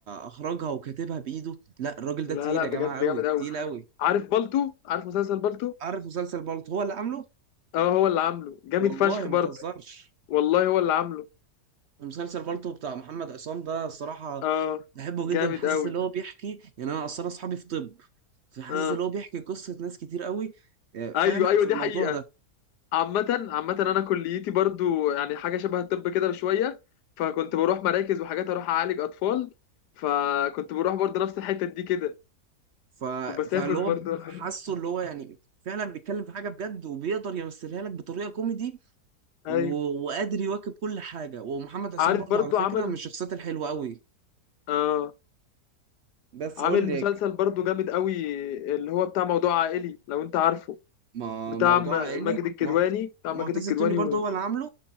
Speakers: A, on the right; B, on the left.
A: اخرجها وكاتبها بايده لا الراجل ده تقيل
B: لا لا
A: يا
B: بجد
A: جماعه قوي
B: جامد قوي
A: تقيل قوي
B: عارف بالتو عارف مسلسل بالتو
A: عارف مسلسل بالطو هو اللي عامله
B: اه هو اللي عامله جامد
A: والله
B: فشخ
A: ما
B: برضه
A: تهزرش
B: والله هو اللي عامله
A: مسلسل بالطو بتاع محمد عصام ده الصراحه
B: اه
A: بحبه
B: جامد
A: جدا حاسس
B: قوي
A: اللي هو بيحكي يعني انا اصلا اصحابي في طب فحاسس
B: اه
A: اللي هو بيحكي قصة ناس كتير قوي آه، فعلا
B: ايوه ايوه
A: في
B: دي
A: الموضوع
B: حقيقة
A: ده
B: عامة عامة انا كليتي برضه يعني حاجة شبه الطب كده بشوية فكنت بروح مراكز وحاجات اروح اعالج اطفال فكنت بروح برضه نفس الحتة دي كده
A: ف...
B: وبسافر
A: فاللي
B: برضه
A: هو
B: الحاجات
A: حاسه اللي هو يعني فعلا بيتكلم في حاجة بجد وبيقدر يمثلها لك بطريقة كوميدي و...
B: ايوه
A: وقادر يواكب كل حاجة ومحمد عصام
B: عارف
A: برضه
B: برضه
A: على فكرة
B: عمل
A: من الشخصيات الحلوة قوي
B: اه
A: بس
B: عامل
A: قول لي
B: مسلسل برضه جامد قوي اللي هو بتاع موضوع عائلي لو انت عارفه
A: ما...
B: بتاع
A: موضوع
B: م-
A: عائلي
B: ماجد الكدواني
A: معت...
B: بتاع
A: معتز
B: ماجد الكدواني
A: التوني برضه
B: و-
A: هو اللي عامله